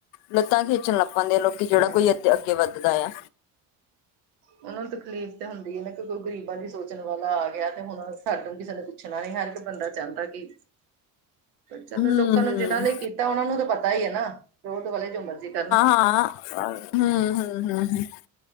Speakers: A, on the left; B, on the right.
A: ਲੱਤਾਂ ਖਿੱਚਨ ਲਾੱਗ ਪੈਂਦੇ ਆ, ਲੋਕੀ ਜੇੜਾ
B: ਹਾਂ
A: ਕੋਈ ਅੱਗੇ-ਅੱਗੇ ਵੱਦਦਾ ਆ।
B: ਉਨਾਂ ਨੂੰ ਤਕਲੀਫ਼ ਤੇ ਹੁੰਦੀ ਏ ਨਾ ਕਿ ਕਈ ਗਰੀਬਾਂ ਦੀ ਸੋਚਣ ਵਾਲਾ ਆ ਗਿਆ ਤਾ ਹੂਨ ਸਾਨੂੰ ਕਿਸੇ ਪੁੱਛ ਨੇ ਪੁੱਛਣਾ ਵੀ ਹਰ ਇੱਕ ਬੰਦਾ ਚਾਂਦਾ ਕਿ ਚਲੋ
A: ਹਮ
B: ਲੋਕਾਂ ਨੂੰ
A: ਹਮ
B: ਜਿਨਾਂ ਲਈ ਕੀਤਾ ਉਹਨਾਂ ਨੂੰ ਤੇ ਪਤਾ ਈ ਏ ਨਾ ਵੋਟ ਵਾਲੇ ਜੋ ਮਰਜ਼ੀ ਕਰਨ।
A: ਆ‌ ਹੂੰ-ਹੂੰ, ਹੂੰ-ਹੂੰ